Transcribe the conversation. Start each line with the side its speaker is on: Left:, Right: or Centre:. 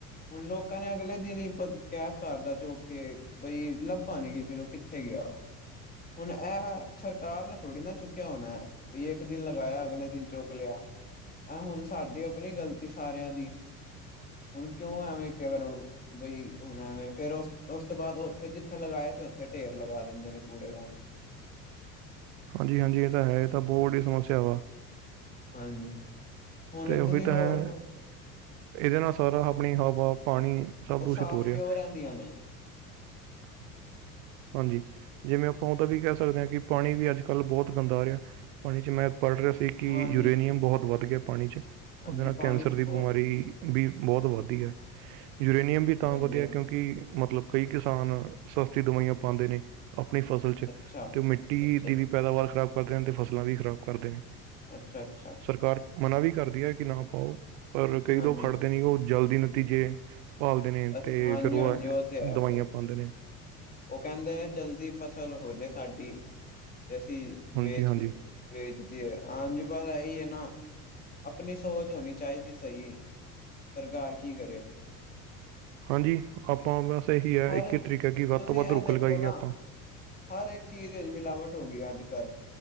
Left: ਹੁਣ ਲੋਕਾਂ ਨੇ ਅਗਲੇ ਦਿਨ ਹੀ ਗੈੱਬ ਕਰਤਾ ਚੁੱਕ ਕੇ ਬਈ ਲੱਭਾ ਨੀ ਕਿਸੀ ਨੂੰ ਕਿੱਥੇ ਗਿਆ ਓ ਹੁਣ ਇਹ ਸਰਕਾਰ ਨੇ ਥੋੜ੍ਹੀ ਨਾ ਚੁੱਕਿਆ ਹੋਣਾ। ਵੀ ਇੱਕ ਦਿਨ ਲਗਾਇਆ ਅਗਲੇ ਦਿਨ ਚੁੱਕ ਲਿਆ। ਆਹ ਹੁਣ ਸਾਡੀ ਆਪਣੀ ਗ਼ਲਤੀ ਸਾਰਿਆਂ ਦੀ ਹੁਣ ਕਿਉਂ ਐਵੇਂ ਕਹਿ ਰਹੇ ਓ। ਬਈ ਹੁਣ ਐਵੇਂ ਫੇਰ ਉਸ ਉਸ ਤੋਂ ਬਾਅਦ ਉੱਥੇ ਜਿੱਥੇ ਲਗਾਏ ਸੀ ਉੱਥੇ ਢੇਰ ਲਗਾ ਦਿੰਦੇ ਨੇ ਕੂੜੇ ਦਾ ਹੁਣ।
Right: ਹਾਂਜੀ, ਹਾਂਜੀ ਇਹ ਤਾਂ ਹੈ ਇਹ ਤਾਂ ਬਹੁਤ ਵੱਡੀ ਸਮੱਸਿਆ ਵਾ।
Left: ਹਾਂਜੀ ਹੁਣ
Right: ਤੇ ਉਹੀ
Left: ਤੁਸੀਂ ਹੋਰ
Right: ਤਾਂ ਹੈ।
Left: ਕੋ
Right: ਇਹਦੇ ਨਾਲ ਸਾਰਾ ਆਪਣੀ ਹਵਾ, ਪਾਣੀ ਸਭ ਤੁਸੀਂ
Left: ਉਹ
Right: ਦੂਸ਼ਿਤ
Left: ਸਾਫ਼
Right: ਹੋ ਰਿਹਾ।
Left: ਕਿਉਂ ਰਹਿੰਦੀਆਂ ਨੇ
Right: <unintelligible> ਹਾਂਜੀ ਜਿਵੇਂ ਆਪਾਂ ਉਹ ਤਾਂ ਵੀ ਕਹਿ ਸਕਦੇ ਆ ਕਿ ਪਾਣੀ ਵੀ ਅੱਜ ਕੱਲ੍ਹ ਬਹੁਤ ਗੰਦਾ ਆ ਰਿਹਾ। ਪਾਣੀ ਚ ' ਮੈਂ ਪੜ੍ਹ ਰਿਹਾ ਸੀ। ਕਿ
Left: ਹਾਂਜੀ
Right: ਯੂਰੇਨੀਅਮ ਬਹੁਤ ਵੱਧ ਗਿਆ ਪਾਣੀ 'ਚ
Left: ਹਾਂਜੀ
Right: ਉਹਦੇ ਨਾਲ
Left: ਪਾਣੀ
Right: ਕੈਂਸਰ
Left: ਚ
Right: ਦੀ
Left: ਬਹੁਤ
Right: ਬਿਮਾਰੀ ਵੀ ਬਹੁਤ ਵੱਧਦੀ ਐ ਯੂਰੇਨੀਅਮ ਵੀ ਤਾਂ
Left: ਹਾਂਜੀ
Right: ਵਧੀਆ
Left: ਹਾਂਜੀ
Right: ਕਿਉਂਕਿ ਮਤਲਬ ਕਈ ਕਿਸਾਨ ਸਸਤੀ ਦਵਾਈਆਂ ਪਾਂਦੇ ਨੇ ਆਪਣੀ ਫਸਲ ਚ
Left: ਅੱਛਾ
Right: ਤੇ ਉਹ ਮਿੱਟੀ
Left: ਅੱਛਾ
Right: ਦੀ ਵੀ ਪੈਦਾਵਾਰ ਖ਼ਰਾਬ ਕਰਦੇ ਨੇ ਤੇ ਫਸਲਾਂ ਵੀ ਖ਼ਰਾਬ ਕਰਦੇ ਨੇ।
Left: ਅੱਛਾ-ਅੱਛਾ।
Right: ਸਰਕਾਰ ਮਨਾ ਵੀ ਕਰਦੀ ਹੈ। ਕਿ ਨਾ ਪਾਓ ਪਰ ਕਈ
Left: ਹਾਂਜੀ
Right: ਲੋਕ ਖੜਦੇ ਨਹੀਂ ਉਹ ਜਲਦੀ ਨਤੀਜੇ ਭਾਲਦੇ ਨੇ,
Left: ਅੱਛਾ
Right: ਤੇ
Left: ਹਾਂਜੀ
Right: ਫੇਰ ਉਹ
Left: ਹਾਂਜੀ ਤੇ ਹੈ
Right: ਦਵਾਈਆਂ
Left: ਫਿਰ
Right: ਪਾਉਂਦੇ ਨੇ।
Left: ਉਹ ਕਹਿੰਦੇ ਨੇ ਜਲਦੀ ਫਸਲ ਹੋ। ਜਾਏ ਸਾਡੀ ਤੇ ਅਸੀਂ
Right: ਹਾਂਜੀ
Left: ਵੇਚ
Right: ਹਾਂਜੀ
Left: ਕੇ ਵੇਚਦੀਏ ਹੈ। ਹਾਂਜੀ ਬਸ ਇਹੀ ਹੈ ਨਾ ਆਪਣੀ ਸੋਚ ਹੋਣੀ ਚਾਹੀਦੀ ਸਹੀ, ਸਰਕਾਰ ਕੀ ਕਰੇ।
Right: ਹਾਂਜੀ ਆਪਾਂ ਨੂੰ ਬਸ ਇਹੀ ਹੈ‌।
Left: ਹਰ
Right: ਇੱਕ ਹੀ ਤਰੀਕ ਹੈ। ਕਿ ਵੱਧ
Left: ਤੁਸੀਂ
Right: ਤੋਂ ਵੱਧ
Left: ਇਹ
Right: ਰੁਖ
Left: ਦੇਖੋ
Right: ਲਗਾਈਏ
Left: ਨਾ
Right: ਆਪਾਂ।
Left: ਹਰ ਇੱਕ ਚੀਜ਼ ਮਿਲਾਵਟ ਹੋ ਗਈ, ਅੱਜ ਕੱਲ੍ਹ।